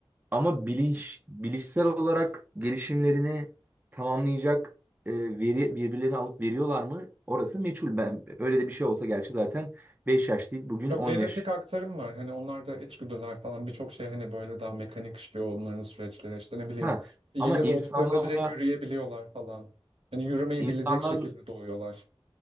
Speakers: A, on the right; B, on the right.
A: ama bilinç bilişsel olarak gelişimlerini tamamlayacak e, veri birbirlerini alıp veriyorlar mı? Orası meçhul. Ben öyle de bir şey olsa gerçi zaten 5 yaş değil bugün
B: Yok
A: on
B: genetik
A: yaş.
B: aktarım var. Hani onlarda içgüdüler falan birçok şey hani böyle daha mekanik işliyor onların süreçleri. İşte ne bileyim
A: Ha
B: yeni
A: ama insanlarla
B: doğduklarında direkt yürüyebiliyorlar falan. Hani yürümeyi
A: insanlar
B: bilecek şekilde doğuyorlar.